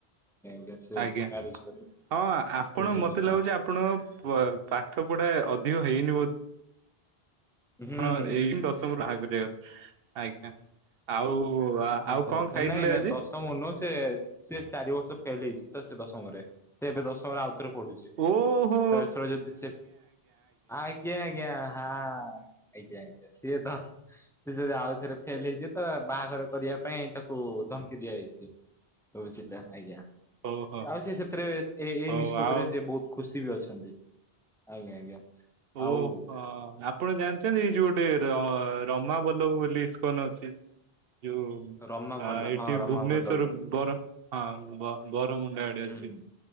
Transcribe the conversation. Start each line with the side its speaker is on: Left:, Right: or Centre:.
Centre: <unintelligible>
Right: ଆଜ୍ଞା ହଁ ଆପଣ
Centre: ବୁଝିଲେ
Right: ମତେ ଲାଗୁଛି
Centre: ହଁ
Right: ଆପଣଙ୍କ ପାଠ ପଢା ଅଧିକ ହେଇନି। ବୋ
Centre: ହୁଁ
Right: ଆପଣ
Centre: ହୁଁ
Right: ଏଇ ଦଶମୁ ବାହା କରିବା <inaudible> ଆଜ୍ଞା ଆଉ
Centre: ଆଚ୍ଛା
Right: ଆଉ କଣ
Centre: ଆଚ୍ଛା
Right: ଖାଇଥିଲେ
Centre: ନାଇଁ ନାଇଁ
Right: ଆଜି?
Centre: ଦଶମ ନୁହ ସେ ସେ ଚାରି ବର୍ଷ ଫେଲ୍ ହେଇଛି। ସେ ଦଶମରେ ସେ ଏବେ ଦଶମରେ ଆଉ ପଡୁଛି
Right: ଓହୋ
Centre: <inaudible> ତ ଏଥର ଯଦି ସେ ଆଜ୍ଞା ଆଜ୍ଞା ହାଁ। ଆଜ୍ଞା ଆଜ୍ଞା ସିଏ ତ ସେ ଯଦି ଆଉ ଥରେ ଫେଲ୍ ହେଇଛି ତ ବାହାଘର କରିବା ପାଇଁ ତାକୁ ଧମକି ଦିଆଯାଇଛି ବୁଝିଲ ଆଜ୍ଞା।
Right: ହଉ ହଉ
Centre: ଆଉ ସେ ସେଥିରେ ଏଇ
Right: ହଉ
Centre: ନିଷ୍ପତ୍ତି
Right: ଆଉ
Centre: ରେ ସେ ବହୁତ ଖୁ ଖୁସି ବି ଅଛନ୍ତି ଆଜ୍ଞା ଆଜ୍ଞା।
Right: ହୋଉ
Centre: ଆଉ
Right: ହଁ ଆପଣ ଜାଣିଛନ୍ତି ଏଇ ଯୋଉ ଗୋଟେ ର-ର ରମାବଲ୍ଲବ ବୋଲି ଇସ୍କନ ଅଛି ଯୋଉ
Centre: ରମା ଭଲ
Right: ଆ ଏଠି
Centre: ହଁ ରମା
Right: ଭୁବନେଶ୍ଵର
Centre: ଭଲ ବୋଲି କହୁଛି।
Right: ବର ହଁ ବରମୁଣ୍ଡା ଆଡେ
Centre: ହୁଁ
Right: ଅଛି।
Centre: ହୁଁ।